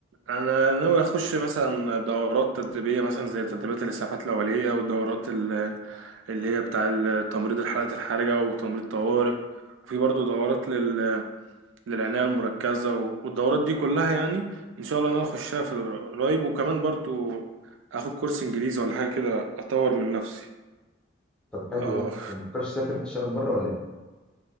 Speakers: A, on the right; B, in the centre.
A: انا ناوي اخش مثلا دورات تدريبيه مثلا زي تدريبات الاسعافات الاوليه والدورات ال- اللي هي بتاع ال- تمريض الحالات الحرجه وتمريض طوارئ وفي برضه دورات لل... للعنايه المركزه و- والدورات دي كلها يعني ان شاء الله انا اخشها في قريب وكمان برضه اخد كورس انجليزي ولا حاجه كده اطور من نفسي
B: طب حلو
A: اه
B: ده طب ما تفكرش تسافر تشتغل بره ولا